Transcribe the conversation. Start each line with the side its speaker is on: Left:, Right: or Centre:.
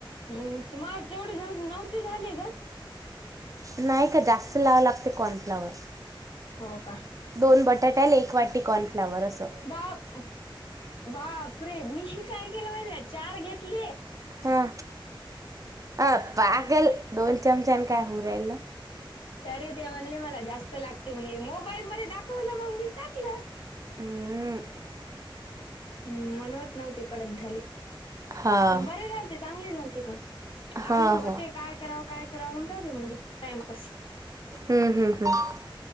Left: हम् मला तेवढे जाऊ नव्हते झाले ग!
Right: नाही का जास्त लावं लागते कॉर्नफ्लावर.
Left: हो का?
Right: दोन बटाट्याल एक वाटी कॉर्नफ्लावर असं.
Left: बाप -बाप रे! मीही काय केलं माहिजे चार घेतली.
Right: हा ह पागल दोन चमचाने काय होवुन राहिलं.
Left: तरी ते म्हणले मला जास्त लागते म्हण, मोबाईल मध्ये दाखवलं मग मी टाकलं.
Right: हम!
Left: हम्म! म्हणूनच नव्हते कडक झाले
Right: हा.
Left: पण बरे झाल ते चांगली झाल त पण.
Right: हा
Left: आलू होते
Right: हा
Left: काय करावं काय करावं म्हणतते म्हण टाइमपास.
Right: हम्म, हम्म, हम्म!